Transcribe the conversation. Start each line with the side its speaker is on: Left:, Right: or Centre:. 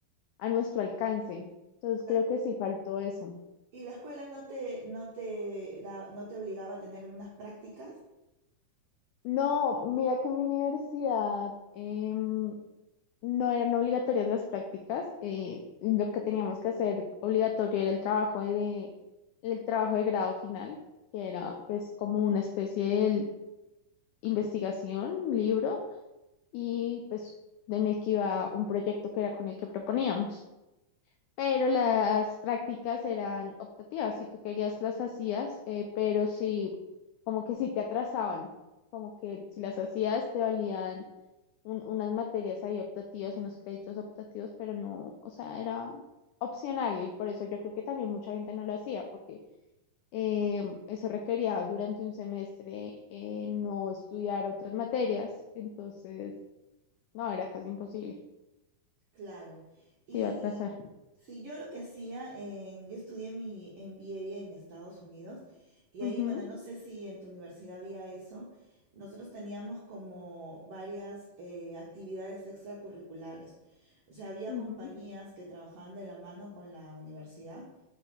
Left: a nuestro alcance. Entonces
Right: Claro.
Left: creo que sí faltó eso.
Right: ¿Y la escuela no te, no te da- no te obligaba a tener algunas prácticas?
Left: No, mira que mi universidad, em, No eran obligatorias las prácticas, eh, lo que teníamos que hacer obligatorio era el trabajo de, el trabajo de grado final, que era pues como una especie de investigación, un libro, y pues en el que iba un proyecto que era con el que proponíamos pero las prácticas eran optativas, si tú querías las hacías, eh, pero sí, como que sí te atrasaban, como que si las hacías te valían un- unas materias ahí optativas, unos créditos optativos, pero no, o sea, era opcional y por eso yo creo que también mucha gente no lo hacía, porque eh, eso requería durante un semestre eh, no estudiar otras materias, entonces, no, era casi imposible,
Right: Claro. Y
Left: te iba a atrasar.
Right: si yo lo que hacía, en- yo estudié mi MBA en Estados Unidos y
Left: Ujú,
Right: ahí, bueno, no sé si en tu universidad había eso. Nosotros teníamos como varias eh, actividades extracurriculares. O sea, había
Left: ujú,
Right: compañías que trabajaban de la mano con la universidad